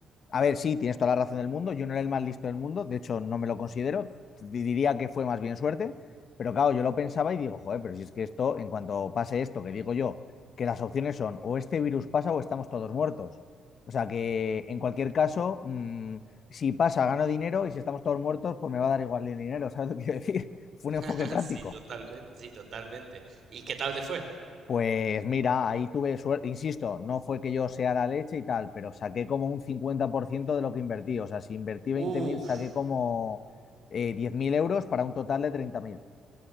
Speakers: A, on the left (about 55°); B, on the right (about 55°).
A: A ver, sí, tienes toda la razón del mundo. Yo no era el más listo del mundo, de hecho, no me lo considero. Di- Diría que fue más bien suerte, pero claro, yo lo pensaba y digo, joder, pero si es que esto, en cuanto pase esto, que digo yo, que las opciones son o este virus pasa o estamos todos muertos. O sea que en cualquier caso, mm, si pasa, gano dinero y si estamos todos muertos, pues me va a dar igual el dinero, <laughs> ¿sabes lo que quiero decir? <laughs> Fue
B: <laughs>
A: un enfoque práctico.
B: Sí, totalmente, sí, totalmente. ¿Y qué tal te fue?
A: Pues mira, ahí tuve suerte, insisto, no fue que yo sea la leche y tal, pero saqué como un 50% de lo que invertí. O sea, si invertí veinte
B: Uf,
A: mil, saqué como eh, 10.000 euros para un total de 30.000.